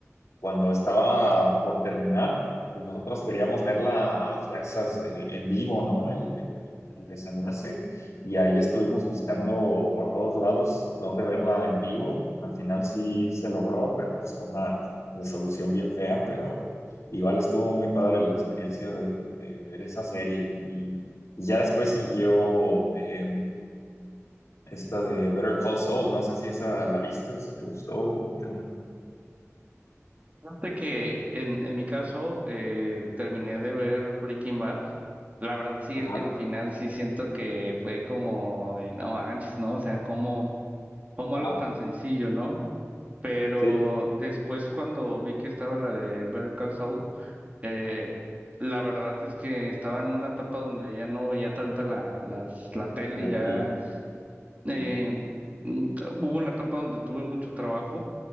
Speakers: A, on the left; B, on the right.
A: cuando estaba por terminar, pues nosotros queríamos verla a fuerzas eh, en vivo, ¿no? El, el- el desenlace. Y ahí estuvimos buscando por todos lados dónde verla en vivo. Al final sí se logró, pero pues con una resolución bien fea, pero igual estuvo muy padre la experiencia de, de ver esa serie. Y ya después siguió eh, esta de Better Call Saul. No sé si esa la viste o si te gustó o qué onda.
B: Fíjate que en, en mi caso eh, terminé de ver Breaking Bad. La verdad sí,
A: Ajá,
B: el, el final sí siento que fue como de no manches, ¿no? O sea, como, como algo
A: ajá,
B: tan sencillo, ¿no? Pero
A: sí,
B: después cuando vi que estaba la de Better Call Saul, eh, la verdad es que estaba en una etapa donde ya no veía tanta la, las, la tele,
A: la
B: ya
A: tele. Ujú.
B: eh, mm, hubo una etapa donde tuve mucho trabajo